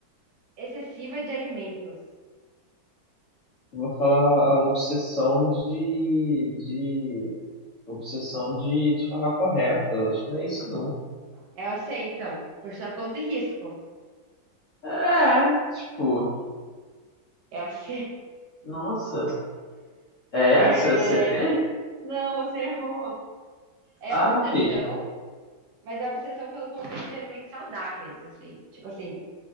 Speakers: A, on the right; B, on the left.
A: excessiva de alimentos.
B: Eu Vou falar a obsessão de, de, obsessão de, de falar correto. Acho que não é isso, não.
A: É a C, então. Por sua conta e risco.
B: É, tipo,
A: É a C.
B: nossa, é
A: É...
B: essa? Acertei?
A: Não, você errou. É
B: Ah,
A: obsessão,
B: fi.
A: mas é obsessão pelo consumo de alimentos saudáveis, assim. Tipo assim,